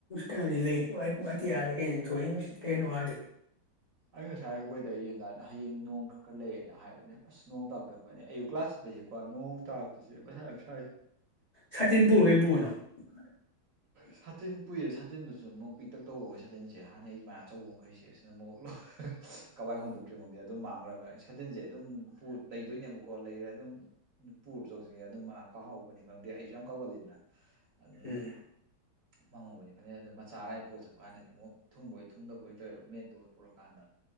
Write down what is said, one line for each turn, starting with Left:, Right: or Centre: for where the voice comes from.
Left: ꯀꯩꯅꯣꯗꯤ ꯂꯩꯇꯤ ꯑꯗꯤ ꯀꯩ ꯊꯣꯛꯏ ꯅꯨꯡꯁꯤꯠ ꯀꯩꯅꯣ ꯋꯥꯗꯦ
Right: ꯑꯩ ꯉꯁꯥꯏ ꯋꯦꯗꯔ ꯌꯦꯡꯀꯥꯟꯗ ꯍꯌꯦꯡ ꯅꯣꯡ ꯈꯔ ꯈꯔ ꯂꯩꯌꯦꯅ ꯍꯥꯏꯕꯅꯦ ꯑꯁ ꯅꯣꯡ ꯇꯥꯔꯛꯇꯔ꯭ꯥ ꯗꯤ ꯐꯅꯤ ꯑꯌꯨꯛ ꯀ꯭ꯂꯥꯁ ꯆꯠꯄꯁꯦꯀꯣ ꯅꯣꯡ ꯇꯥꯔꯛꯄꯁꯦ ꯃꯊꯥ ꯁꯥꯏ
Left: ꯁꯇꯤꯟ ꯄꯨꯕ꯭ꯔꯣ ꯀꯩ ꯄꯨꯕꯅꯣ <inaudible>
Right: ꯁꯥꯇꯤꯟ ꯄꯨꯏꯌꯦ ꯁꯥꯇꯤꯟꯗꯨꯁꯨ ꯑꯃꯨꯛ ꯄꯤꯛꯇꯛ ꯇꯧꯕ ꯑꯩꯈꯣꯏ ꯁꯥꯇꯤꯟꯁꯦ ꯍꯥꯟꯅꯩ ꯑꯗꯨꯃꯥꯏꯅ ꯑꯆꯧꯕ ꯃꯈꯩꯁꯦ ꯁꯤꯅ ꯑꯃꯨꯛ ꯀꯋꯥꯏ ꯍꯨꯟꯗꯣꯛꯈꯔ꯭ꯤ ꯃꯣ ꯈꯪꯗꯦ ꯑꯗꯨꯝ ꯃꯥꯡꯈ꯭ꯔꯕ ꯁꯇꯤꯟꯁꯦ ꯑꯗꯨꯝ ꯂꯩꯗꯣꯏꯅꯦꯕꯀꯣ ꯂꯩꯔꯦ ꯑꯗꯨꯝ ꯄꯨꯔ ꯆꯧꯁꯤꯒꯦ ꯑꯗꯨꯝ ꯀꯥꯎꯍꯧꯕꯅꯤ ꯈꯪꯗꯦ ꯑꯩꯁꯨ ꯌꯥꯝ ꯀꯥꯎꯒꯠꯂꯤꯗꯅ ꯑꯗꯨꯅ
Left: ꯎꯝ
Right: ꯑꯗꯨꯝ ꯃꯪꯉꯧꯕꯅꯤ ꯈꯟꯖꯩ ꯑꯗꯣ ꯃꯆꯥ ꯑꯔꯥꯏ ꯄꯨꯔ ꯆꯠꯄ ꯀꯥꯟꯗꯗꯤ ꯑꯃꯨꯛ ꯊꯨꯡꯕꯣꯏ ꯊꯨꯡꯗꯕꯣꯏ ꯇꯧꯋꯦꯕ ꯕꯦꯒꯇꯨꯒ ꯄꯨꯔꯛꯀꯥꯟꯗ